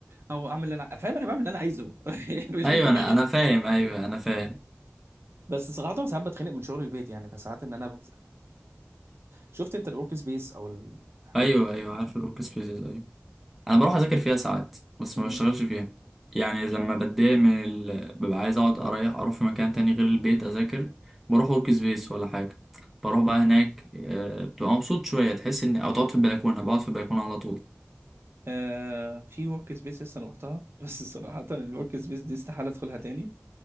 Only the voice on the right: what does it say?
او اعمل اللي انا فاهم انا بعمل اللي انا عايزه <laughs>
بس صراحة ساعات بتخنق من شغل البيت يعني فساعات ان انا بنزل شفت انت الورك سبيس او الحاجات
دي؟
مم.
آه في ورك سبيس لسه انا رحتها <laughs> بس صراحة الورك سبيس دي استحالة ادخلها تاني